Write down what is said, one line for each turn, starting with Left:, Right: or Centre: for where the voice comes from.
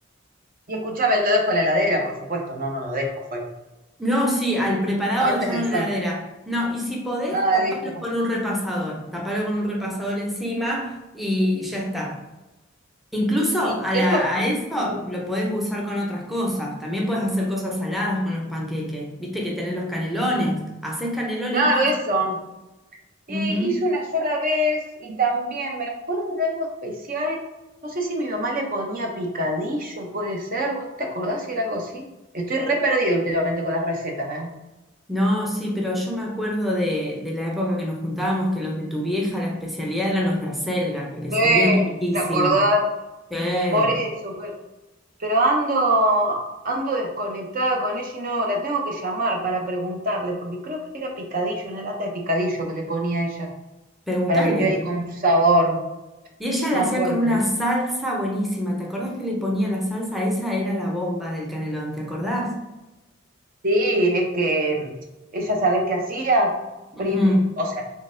Right: Y escuchame, lo dejo en la heladera, por supuesto. No, no lo dejo afuera.
Centre: No, sí, al preparado
Right: Antes
Centre: dejaron
Right: de hacerlo.
Centre: en la heladera. No, y si podés,
Right: Ah,
Centre: tapalo
Right: listo.
Centre: con un repasador. Tapalo con un repasador encima y ya está. Incluso
Right: Y
Centre: a,
Right: y
Centre: la-
Right: eso.
Centre: a
Right: mm,
Centre: eso
Right: sí.
Centre: lo podés usar con otras cosas. También podés hacer cosas saladas con los panqueques. Viste que tenés los canelones. Hacés canelones
Right: Claro,
Centre: vos.
Right: eso. Eh,
Centre: Ujú.
Right: hice una sola vez y también me acuerdo de algo especial. No sé si mi mamá le ponía picadillo, puede ser. ¿Vos te acordás si era algo así? Estoy re perdida últimamente con las recetas, ¿eh?
Centre: No, sí, pero yo me acuerdo de, de la época que nos juntábamos, que los de tu vieja, la especialidad eran los de acelga, que le
Right: Eh,
Centre: salían riquísimos.
Right: ¿te acordás?
Centre: Eh,
Right: Por eso, pe- pero, ando, ando desconectada con ella y no la tengo que llamar para preguntarle, porque creo que era picadillo, una lata de picadillo que le ponía ella,
Centre: preguntale.
Right: para que quede ahí
Centre: pre-
Right: con un sabor
Centre: Y ella la
Right: más
Centre: hacía
Right: fuerte.
Centre: con una salsa buenísima. ¿Te acordás que le ponía la salsa? Esa era la bomba del canelón, ¿te acordás?
Right: Sí, es que mm, ella, ¿sabés qué hacía?
Centre: Ujú.
Right: Prim- o sea,